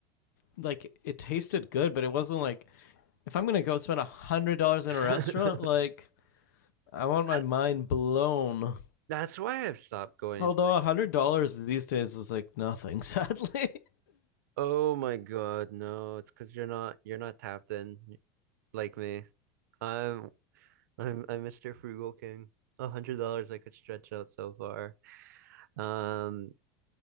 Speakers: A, on the left; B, on the right.
A: like it tasted good, but it wasn't like if I'm gonna go spend a hundred dollars in
B: <laughs>
A: a restaurant, like I want my
B: That,
A: mind blown.
B: that's why I've stopped going.
A: Although
B: to- like,
A: a hundred dollars these days is like nothing, sadly.
B: Oh my God, no, it's because you're not you're not tapped in like me. I'm I'm I'm Mr. Frugal King. A hundred dollars I could stretch out so far. Um,